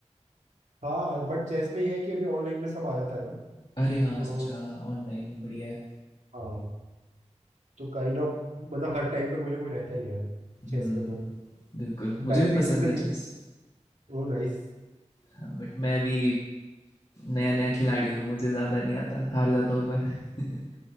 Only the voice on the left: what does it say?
अरे
हाँ सच हाँ ऑनलाइन बढ़िया है
हम्म
बिल्कुल मुझे
भी पसंद
है
चेस
हाँ बट मैं अभी नया नया खिलाड़ी हूँ मुझे ज़्यादा नहीं आता हार जाता हूँ मैं <laughs>